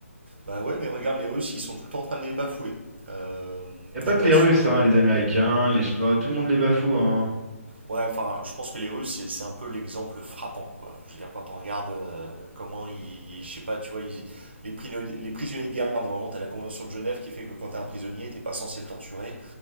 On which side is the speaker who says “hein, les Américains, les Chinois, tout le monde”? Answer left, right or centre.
Centre